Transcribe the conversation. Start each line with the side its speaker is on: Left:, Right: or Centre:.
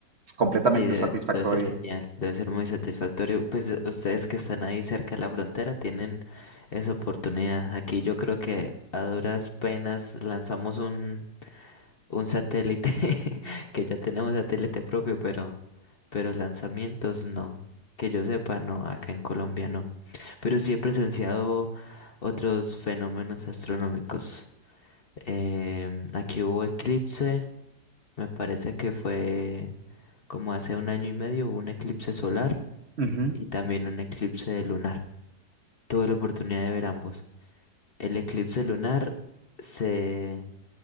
Right: Completamente
Left: Sí, debe,
Right: satisfactoria.
Left: debe ser genial, debe ser muy satisfactorio. Pues eh, ustedes que están ahí cerca de la frontera tienen esa oportunidad. Aquí yo creo que a duras penas lanzamos un, un satélite, <laughs> que ya tenemos satélite propio, pero, pero lanzamientos no. Que yo sepa, no, acá en Colombia no. Pero sí he presenciado otros fenómenos astronómicos. Em, aquí hubo eclipse, me parece que fue como hace un año y medio, hubo un eclipse solar
Right: Ujú.
Left: y también un eclipse lunar. Tuve la oportunidad de ver ambos. El eclipse lunar se,